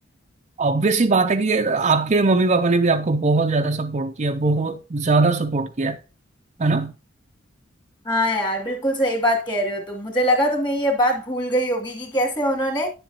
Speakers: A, on the right (about 35°); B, on the left (about 25°).
A: ऑब्वियस सी बात है कि ये आपके मम्मी पापा ने भी आपको बहुत ज्यादा सपोर्ट किया बहुत ज्यादा सपोर्ट किया है ना
B: हाँ यार बिल्कुल सही बात कह रहे हो तुम मुझे लगा तुम्हें ये बात भूल गई होगी कि कैसे उन्होंने